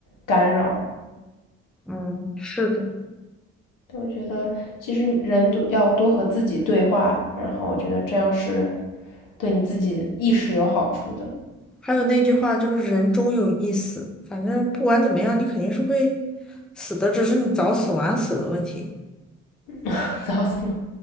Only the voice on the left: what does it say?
干扰。
我觉得其实人都要多和自己对话，然后我觉得这样是对你自己意识有好处的。
<laughs> 早死我！